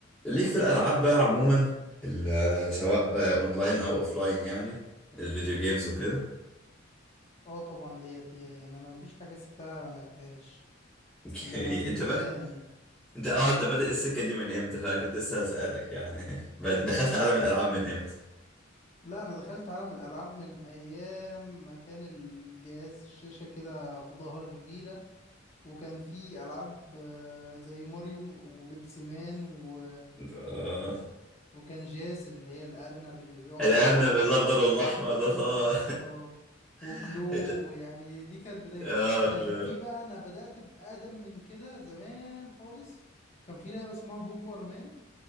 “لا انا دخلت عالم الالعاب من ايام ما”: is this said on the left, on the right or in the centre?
Left